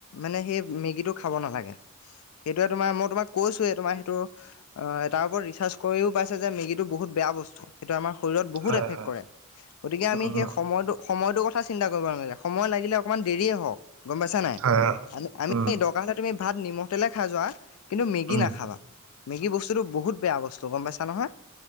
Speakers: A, on the left; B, on the right.
A: মানে সেই মেগীটো খাব নালাগে। সেইটোৱে তোমাৰ মই তোমাক কৈছোৱে তোমাৰ সেইটো- অঁ' তাৰ ওপৰত ৰিচাৰচ কৰিও পাইছে যে মেগীটো বহুত বেয়া বস্তু। সেইটোৱে আমাৰ শৰীৰত বহুত
B: হয়
A: এফেক্ট
B: হয়
A: কৰে। গতিকে,
B: উম
A: আমি সেই সময়টো- সময়টোৰ কথা চিন্তা কৰিব নালাগে। সময় লাগিলে অকমান দেৰিয়ে হওক। গম পাইছা নাই?
B: হয় হয়
A: আমি আমি
B: উম
A: দৰকাৰ হলে তুমি ভাত নিমখ তেলে খাই যোৱা- কিন্তু মেগী
B: উম
A: নাখাবা। মেগী বস্তুটো বহুত বেয়া বস্তু গম পাইছা নহয়